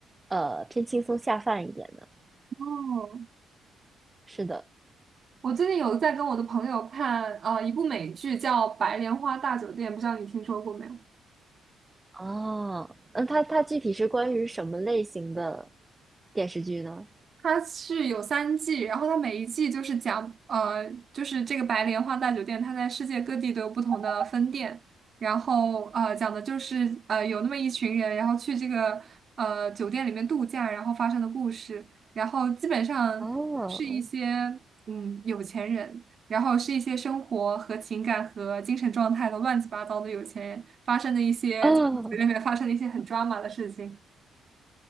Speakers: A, on the right; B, on the right.
A: 呃，偏轻松下饭一点的。
B: 哦，
A: 是的，
B: 我最近有在跟我的朋友看呃一部美剧叫《白莲花大酒店》，不知道你听说过没有？
A: 哦，那它它具体是关于什么类型的电视剧呢？
B: 它是有三季，然后它每一季就是讲，呃，就是这个白莲花大酒店，它在世界各地都有不同的分店，然后呃，讲的就是呃有那么一群人，然后去这个呃酒店里面度假，然后发生的故事，然后基本上是一些
A: 哦，
B: 嗯有钱人，然后是一些生活和情感和精神状态都乱七八糟的有钱人发生的一些酒店里面发生的一些很抓马的事情。
A: 哦，